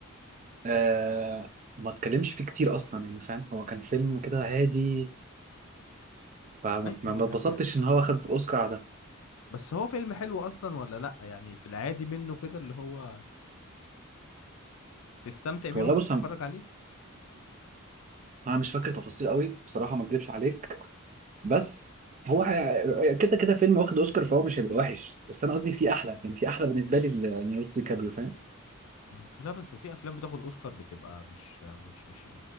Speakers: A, on the right; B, on the left.
A: آه ما اتكلمش فيه كتير اصلا يعني فاهم هو كان فيلم كده هادي فما
B: ايوه
A: ما
B: يعني
A: اتبسطتش ان هو خد اوسكار على ده
B: بس هو فيلم حلو اصلا ولا لا يعني في العادي منه كده اللي هو تستمتع بيه
A: والله
B: وانت
A: بص
B: بتتفرج عليه
A: انا مش فاكر تفاصيل قوي بصراحه
B: مم.
A: ما اكذبش عليك بس هو حي... كده كده فيلم واخد اوسكار فهو مش هيبقى وحش بس انا قصدي في احلى يعني في احلى بالنسبه لي ل- ليوناردو دي كابريو فاهم
B: مم. لا بس في افلام بتاخد اوسكار بتبقى مش مش مش